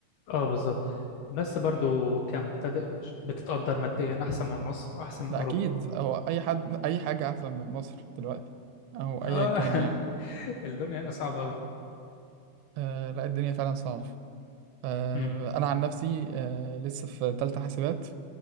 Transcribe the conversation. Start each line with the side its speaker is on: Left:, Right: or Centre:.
Left: اه بالظبط بس برضو كمبتدئ مش- بتتقدر ماديا أحسن من مصر وأحسن من
Right: ده
Left: أوروبا
Right: اكيد هو اي حد اي حاجة احسن من مصر دلوقتي او ايا
Left: اه
Right: كان يعني
Left: <laughs> الدنيا هنا صعبة أوي
Right: آه لا الدنيا فعلا صعبة آه
Left: امم
Right: انا عن نفسي آه لسه في تالتة حاسبات